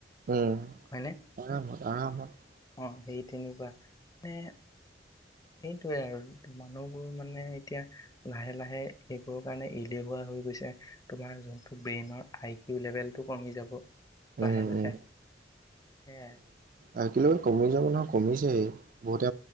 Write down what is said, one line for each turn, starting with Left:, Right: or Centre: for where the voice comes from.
Right: উম,
Left: হয়নে
Right: আৰামত আৰামত
Left: অ', সেই তেনেকুৱা মানে সেইটোৱে আৰু মানুহবোৰ মানে এতিয়া লাহে লাহে সেইবোৰৰ কাৰণে এলেহুৱা হৈ গৈছে তোমাৰ যোনটো ব্ৰেইনৰ আই কিউ লেভেলটো কমি যাব। লাহে
Right: উম
Left: লাহে
Right: উম
Left: সেইয়াই
Right: আই কিউ লেভেল কমি যাব নহয় কমিছে বহুতে